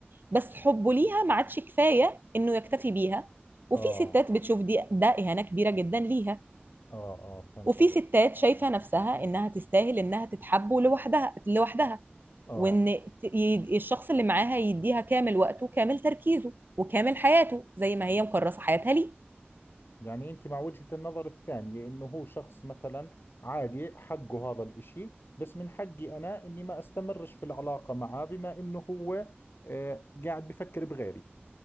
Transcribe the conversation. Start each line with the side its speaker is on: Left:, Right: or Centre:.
Right: بس حبه ليها ما عادش كفايه انه يكتفي بيها وفي
Left: اه
Right: ستات بتشوف دي ده اهانه كبيره جدا ليها
Left: اه اه فهمت
Right: وفي
Left: عليك
Right: ستات شايفه نفسها انها تستاهل انها تتحب لوحدها لوحدها
Left: اه
Right: وان ت- ي- الشخص اللي معاها يديها كامل وقته وكامل تركيزه وكامل حياته زي ما هي مكرسه حياتها ليه
Left: يعني انت مع وجهة النظر الثانية انه هو شخص مثلا عادي حقه هذا الاشي بس من حقي انا اني ما استمرش في العلاقة معه بما انه هو آه قاعد بفكر بغيري